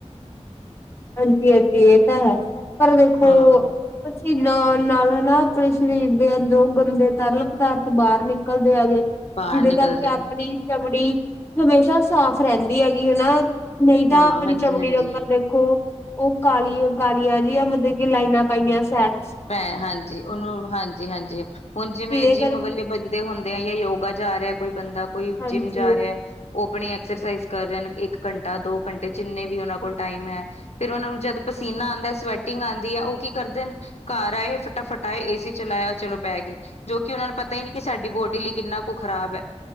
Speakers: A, on the left (about 20°); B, on the left (about 65°).
A: ਹਾਂਜੀ ਹਾਂਜੀ ਇਹ ਤਾਂ ਹੈ ਪਰ ਦੇਖੋ
B: ਹਾਂ
A: ਪਸੀਨਾ ਆਣ ਨਾਲ ਹਨਾ ਆਪਣੇ ਸਰੀਰ ਦੇ ਅੰਦਰੋਂ ਗੰਦੇ ਤਰਲ ਪਦਾਰਥ ਬਾਹਰ ਨਿਕਲਦੇ ਆ ਗੇ
B: ਬਾਹਰ
A: ਜਿਹਦੇ
B: ਨਿਕਲਦੇ
A: ਕਰਕੇ ਆਪਣੀ
B: ਨੇ
A: ਚਮੜੀ ਹਮੇਸ਼ਾ ਸਾਫ਼ ਰਹਿੰਦੀ ਹੈਗੀ ਹਨਾ ਨਹੀਂ ਤਾਂ
B: ਹਾਂ
A: ਆਪਣੀ
B: ਹਾਂਜੀ-ਹਾਂਜੀ।
A: ਚਮੜੀ ਦੇ ਉੱਪਰ ਦੇ ਖੋ ਉਹ ਕਾਲੀਆਂ ਕਾਲੀਆਂ ਦੀਆਂ ਮਲਬ ਕਿ ਲਾਈਨਾਂ ਪਾਈਆਂ ਸੈਟ
B: ਭੈ ਹਾਂਜੀ ਉਹਨੂੰ ਹਾਂਜੀ ਹਾਂਜੀ ਹੁਣ ਜਿਵੇਂ
A: ਜਿਹਦੇ
B: ਜਿੰਮ
A: ਕਰ
B: ਵੇ ਬੰ ਹੁੰਦੇ ਆ ਜਾਂ ਯੋਗਾ ਜਾ ਰਿਹਾ ਕੋਈ ਬੰਦਾ ਕੋਈ
A: ਹਾਂਜੀ-ਹਾਂਜੀ-ਹਾਂਜੀ
B: ਜਿੰਮ ਜਾ ਰਿਹਾ ਐ ਉਹ ਆਪਣੀ ਐਕਸਰਸਾਈਜ਼ ਕਰ ਰਹੇ ਹਨ ਇੱਕ ਘੰਟਾ ਦੋ ਘੰਟੇ ਜਿੰਨੇ ਵੀ ਉਹਨਾਂ ਕੋਲ ਟਾਈਮ ਹੈ ਫਿਰ ਉਹਨਾ ਨੂੰ ਜਦ ਪਸੀਨਾ ਆਉਂਦਾ ਸਵੈਟਿੰਗ ਆਉਂਦੀ ਹੈ, ਉਹ ਕੀ ਕਰਦੇ ਨੇ ਘਰ ਆਏ ਫਟਾਫਟ ਆਏ ਏ-ਸੀ ਚਲਾਇਆ ਚਲੋ ਬਹਿ ਗਏ ਜੋ ਕਿ ਉਹਨਾਂ ਨੂੰ ਪਤਾ ਹੀ ਨਹੀਂ, ਕਿ ਸਾਡੀ ਬੋਡੀ ਲਈ ਕਿੰਨਾ ਕੁ ਖ਼ਰਾਬ ਹੈ